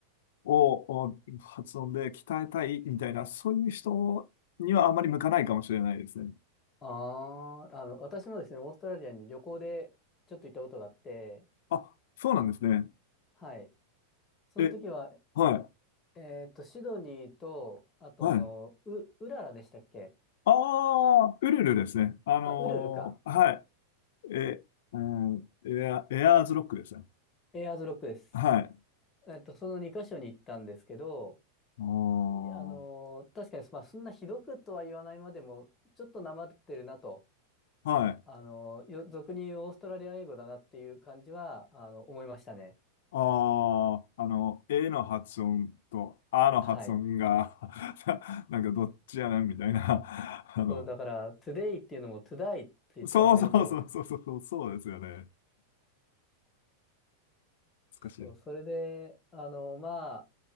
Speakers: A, on the left; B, on the left.
A: を、お発音で鍛えたいみたいな、そういう人にはあまり向かないかもしれないですね。
B: ああ、あの、私もですね、オーストラリアに旅行でちょっと行ったことがあって、
A: あ、そうなんですね。
B: はい。その時は
A: え、はい、
B: えっと、シドニーと、あと、
A: はい。
B: あの、う、ウララでしたっけ
A: ああ、ウルルですね。あの、
B: あ、ウルルか。
A: はい。え、うん、エア、エアーズロックですね。
B: エアーズロックです。
A: はい。
B: えっと、その2箇所に行ったんですけど、
A: お
B: いあのー、
A: ー、
B: 確かに、まあ、そんなひどくとは言わないまでも、ちょっとなまってるなと、
A: はい。
B: あのー、よ俗に言うオーストラリア英語だなっていう感じは、あの、思いましたね。
A: ああ、あの、A の発音と A の発音が
B: はい。
A: <laughs> なんかどっちやねんみたいな。<laughs> あの、
B: そう、だから、トゥデイっていうのも、トゥダイって言ってたのをよく覚えてます。
A: そうそうそうそうそう、そうですよね。難しい。
B: そう、それで、あのまあ、